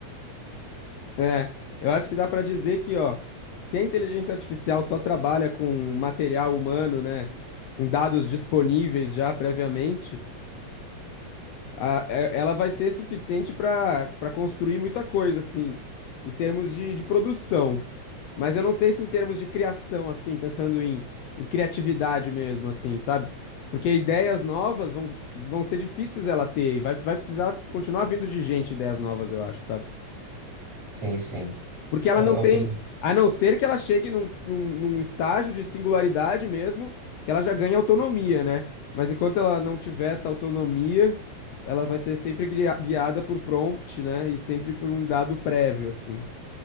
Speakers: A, on the left; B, on the right.
A: É, eu acho que dá para dizer que, ó, se a inteligência artificial só trabalha com material humano, né, com dados disponíveis já previamente, a- é- ela vai ser suficiente para para construir muita coisa, assim, em termos de, de produção. Mas eu não sei se em termos de criação, assim, pensando em, em criatividade mesmo, assim, sabe? Porque ideias novas vão, vão ser difíceis ela ter, e vai, vai precisar continuar vindo de gente ideias novas, eu acho, sabe?
B: Sim, sim.
A: Porque ela
B: Eu,
A: não
B: eu
A: tem,
B: também
A: a não ser que ela chegue num, num, num estágio de singularidade mesmo, que ela já ganha autonomia, né? Mas enquanto ela não tiver essa autonomia, ela vai ser sempre guia- guiada por prompt, né? E sempre por um dado prévio, assim.